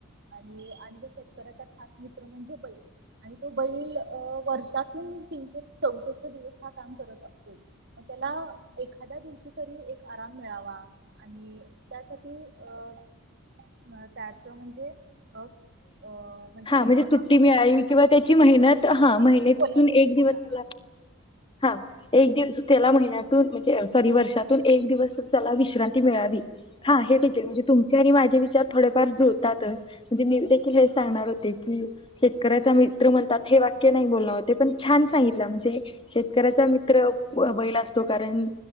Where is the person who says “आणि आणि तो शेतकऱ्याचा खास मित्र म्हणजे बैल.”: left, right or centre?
Right